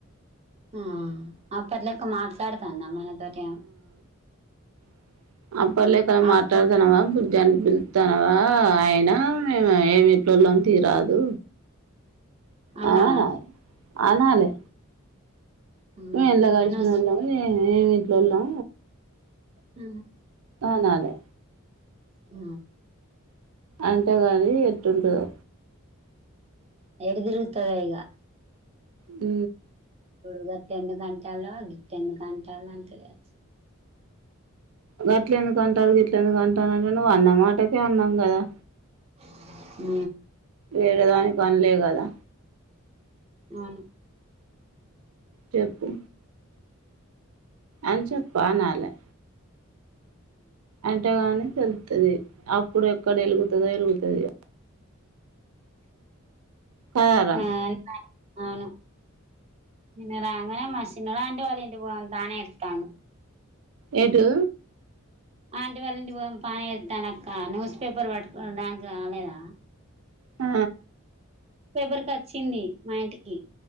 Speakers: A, on the right; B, on the right.
A: ఆ అ పిల్ల ఇక మాట్లాడుతాంద మన తోటి
B: <unintelligible>
A: అక్కింట్లో చూత్తాంది
B: తానవా అయినా మేము ఏమి ఇట్ల్లోని తీరాదు
A: అన్నవా
B: అవున కాదా అనాలే
A: నేను
B: మ ఎంత కాలుషన ఏ ఇట్లోలా
A: హ
B: అనాలే
A: ఆ
B: అంటే కానీ ఏటా ఉంటాదో
A: ఎటుతిరుగుతదో ఈగ
B: ద
A: తడు గట్ల ఎందుకు అంతండ్ల గిట్ల ఎందుకు అంతండ్ల కావచ్చు
B: గట్ల ఎందుకు అంటారు గట్ల ఎందుకు అంటారు అంటే నువ్వు అన్నా మాటకే అన్నాం కదా
A: హ
B: వేరే దానికి పనలే కదా
A: అవును
B: చెప్పు అనుసప్పనాల అంటగానే తెలుస్తాది ఇప్పుడు ఎక్కడ ఎలుగుతదొ వెలుగుతది కరరా
A: ఆ అవును నిన్న రాంగనే మా చిన్నమా వాళ్ళ ఇంటికి పోదాం రా అని ఎడుటందు
B: ఎటు
A: ఆంటి వాళ్ళ ఇంటికి పోదాం పా ఎదుతందు అక్క న్యూస్ పేపర్ పట్టుకో దానికి రాలేదా
B: ఆ
A: పేపర్కి వచ్చింది మా ఇంటికి